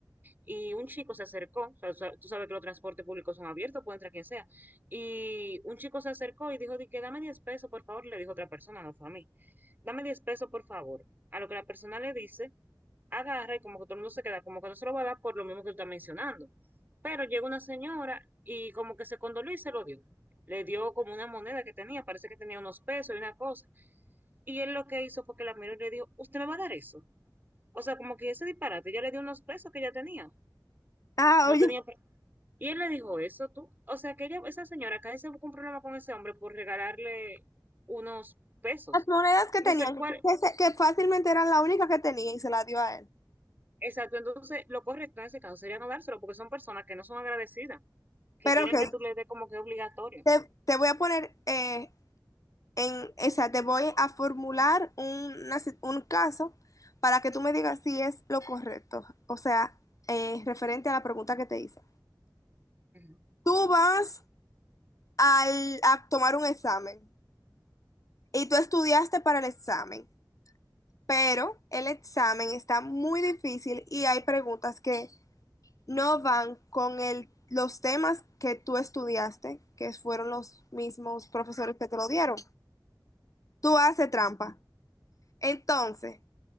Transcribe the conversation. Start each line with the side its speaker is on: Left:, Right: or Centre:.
Right: y un chico se acercó, o sea, o sea, tú sabes que los transportes públicos son abiertos, puede entrar quien sea, y un chico se acercó y dijo, di que dame 10 pesos, por favor, le dijo otra persona, no fue a mí, dame 10 pesos, por favor, a lo que la persona le dice, agarra y como que todo el mundo se queda, como que no se lo va a dar por lo mismo que tú estás mencionando, pero llega una señora y como que se condoló y se lo dio, le dio como una moneda que tenía, parece que tenía unos pesos y una cosa. Y él lo que hizo fue que la miró y le dijo, ¿usted me va a dar eso? O sea, como que ese disparate, ella le dio unos pesos que ya tenía.
Left: Ah,
Right: No
Left: oye.
Right: tenía. pe- Y él le dijo eso, tú. O sea, que ella, esa señora acá se buscó un problema con ese hombre por regalarle unos pesos.
Left: Las monedas que
Right: Entonces,
Left: tenían,
Right: ¿cuál?
Left: que, se- que fácilmente eran la única que tenía y se la dio a él.
Right: Exacto, entonces lo correcto en ese caso sería no dárselo porque son personas que no son agradecidas, que
Left: Pero
Right: quieren
Left: ok,
Right: que tú le des como que obligatorio.
Left: te, te voy a poner eh, en, o sea, te voy a formular una si- un caso para que tú me digas si es lo correcto. O sea, eh, referente a la pregunta que te hice.
Right: Ujú.
Left: Tú vas al- a tomar un examen y tú estudiaste para el examen, pero el examen está muy difícil y hay preguntas que no van con el, los temas que tú estudiaste, que fueron los mismos profesores que te lo dieron. Tú haces trampa. Entonces,